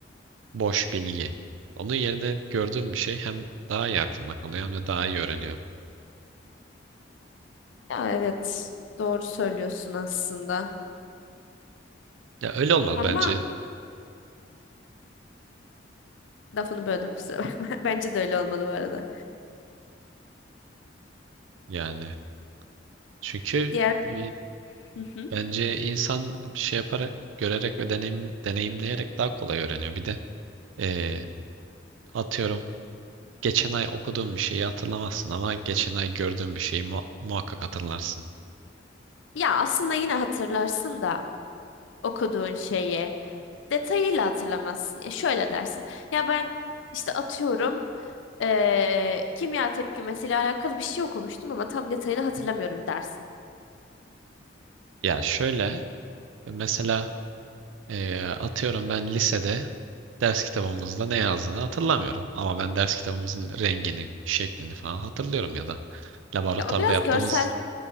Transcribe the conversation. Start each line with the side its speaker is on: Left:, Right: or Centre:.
Right: boş bilgi. Onun yerine gördüğüm bir şey hem daha iyi aklımda kalıyor hem de daha iyi öğreniyorum.
Left: Ya evet, doğru söylüyorsun aslında.
Right: Ya öyle olmalı
Left: Ama
Right: bence
Left: lafını böldüm kusura bakma. <laughs> Bence de öyle olmalı bu arada.
Right: yani. Çünkü
Left: Diğer
Right: e,
Left: Hı hı.
Right: bence insan şey yaparak, görerek ve deneyim, deneyimleyerek daha kolay öğreniyor. Bir de e, atıyorum geçen ay okuduğum bir şeyi hatırlamazsın ama geçen ay gördüğün bir şeyi mu- muhakkak hatırlarsın.
Left: Ya aslında yine hatırlarsın da okuduğun şeyi detayıyla hatırlamazsın. Ya şöyle dersin. Ya ben işte atıyorum eee, kimya tepkimesiyle alakalı bir şey okumuştum ama tam detayını hatırlamıyorum dersin.
Right: Ya şöyle mesela e, atıyorum ben lisede Ders kitabımızda ne yazdığını hatırlamıyorum. Ama ben ders kitabımızın rengini, şeklini falan hatırlıyorum ya da laboratuvarda
Left: Ya o biraz
Right: yaptığımız
Left: görsel